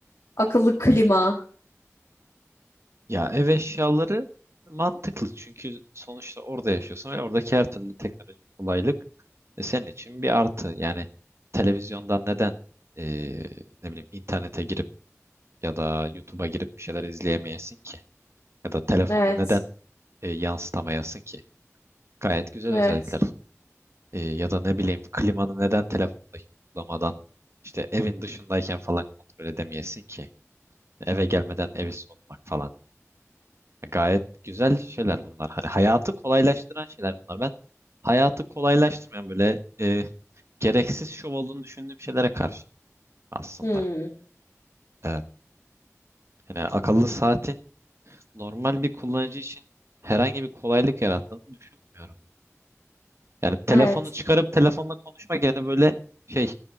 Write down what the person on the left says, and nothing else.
akıllı klima.
Evet.
Evet.
Hmm,
evet.